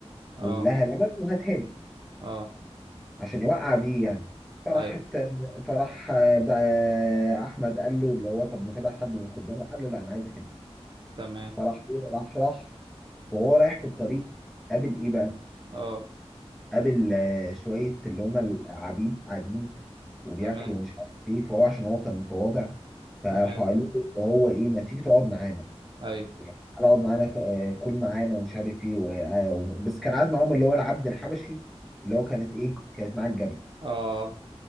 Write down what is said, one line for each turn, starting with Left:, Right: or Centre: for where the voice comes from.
Right: اه
Centre: واملاها لبن وهاتها لي
Right: اه
Centre: عشان يوقع بيه يعني فراحت
Right: ايوه
Centre: فراح آه، بقى آه، احمد قال له اللي هو طب ما تبعت حد من الخدام راح قال له لا انا عايزك انت
Right: تمام
Centre: فراح هو- راح راح وهو رايح في الطريق قابل ايه بقى؟
Right: اه
Centre: قابل آه، شويه اللي هم العبيد قاعدين وبياكل
Right: تمام
Centre: ومش عارف ايه فهو عشان هو كان متواضع فراحوا
Right: تمام
Centre: قالوا له اللي هو ايه ما تيجي تقعد معانا
Right: ايوه
Centre: يعني تعالى اقعد معانا ك- آه، كل معانا ومش عارف ايه و- آه، آه، و- بس كان قاعد معاهم اللي هو العبد الحبشي اللي هو كانت ايه كانت معاه الجري
Right: اه